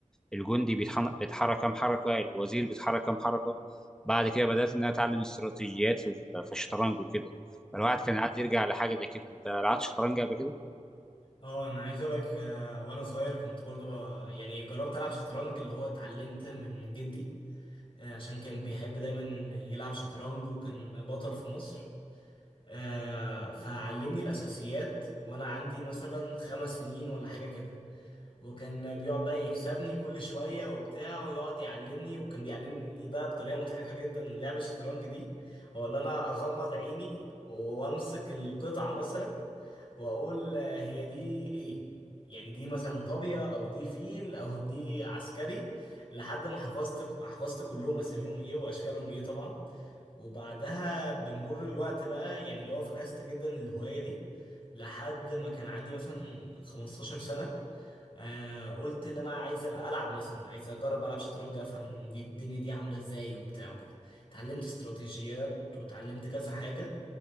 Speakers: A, in the centre; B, on the left.
A: الجندي بيتحن- بيتحرك كام حركه الوزير بيتحرك كام حركه بعد كده بدات
B: مم.
A: ان انا اتعلم استراتيجيات في ال- في الشطرنج وكده فالواحد
B: مم.
A: كان عايز يرجع لحاجه زي كده انت لعبت شطرنج قبل كده
B: اه انا عايز اقول لك آه، وانا صغير كنت برضو ب- يعني جربت العب شطرنج اللي هو اتعلمت من جدي آه، عشان كان بيحب دايما يلعب شطرنج وكان بطل في مصر آه، فعلمني الاساسيات وانا عندي مثلا خمس سنين ولا حاجة كده وكان بيقعد بقى يكسبني كل شوية وبتاع ويقعد يعلمني وكان بيعلمني بقى بطريقة مضحكة جدا لعب الشطرنج دي هو اللي انا اغمض عيني وامسك القطعة مثلا واقول آه، هي دي ايه يعني دي مثلا طابية او دي فيل او دي عسكري لحد ما حفظت حفظت كلهم اساميهم ايه واشكالهم ايه طبعا وبعدها بمرور الوقت بقى يعني اللي هو فكست جدا الهواية دي لحد ما كان عندي مثلا 15 سنة آه قلت اللي انا عايز العب مثلا عايز اجرب العب شطرنج افهم دي الدنيا دي عاملة ازاي وبتاع وكده اتعلمت استراتيجيات وتعلمت كذا حاجة